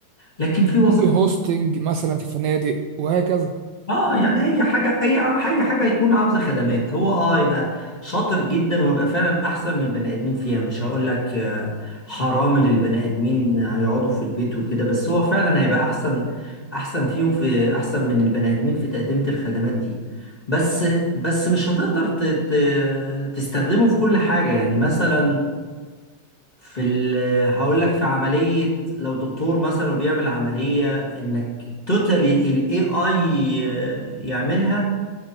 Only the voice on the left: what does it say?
لكن في وظائف
اه يعني اي حاجه اي ع- اي حاجه هيكون عاوزه خدمات هو اه يبقى شاطر جدا ويبقى فعلا احسن من البني ادمين فيها مش هقول لك آه، حرام اللي البني ادمين هيقعدوا في البيت وكده بس هو فعلا هيبقى احسن احسن فيهم في احسن من البني ادمين في تقديم الخدمات دي بس بس مش هتقدر ت- ت- تستخدمه في كل حاجه يعني مثلا في ال هقول لك في عملية لو دكتور مثلا وبيعمل عملية انك توتالي الاي اي يعملها